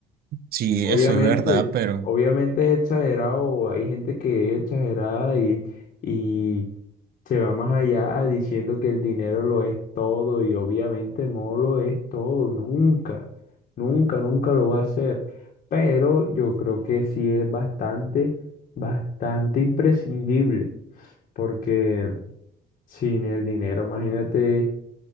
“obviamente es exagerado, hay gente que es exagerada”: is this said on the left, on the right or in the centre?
Left